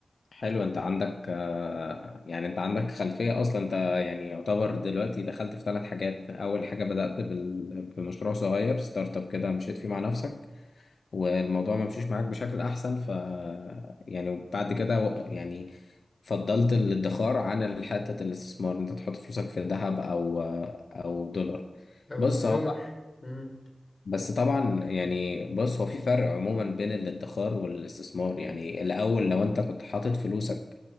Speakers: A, on the left; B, on the left.
A: حلو أنت عندك آه، يعني أنت عندك خلفية أصلا أنت يعني يعتبر دلوقتي دخلت في ثلاث حاجات أول حاجة بدأت بال- بمشروع صغير ستارت أب كده مشيت فيه مع نفسك والموضوع ما مشيش معاك بشكل احسن ف يعني وبعد كده و- يعني فضلت الادخار عن الحتة الاستثمار إن انت تحط فلوسك في ذهب او او دولار
B: او
A: بص
B: الدولار
A: هو
B: مم.
A: بس طبعا يعني بص هو في فرق عموما بين الادخار والاستثمار يعني الاول لو انت كنت حاطط فلوسك